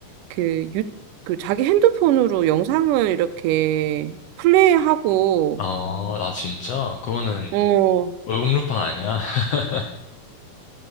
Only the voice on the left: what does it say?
어, 아, 진짜? 그거는
얼음루팡 아니야? <laughs>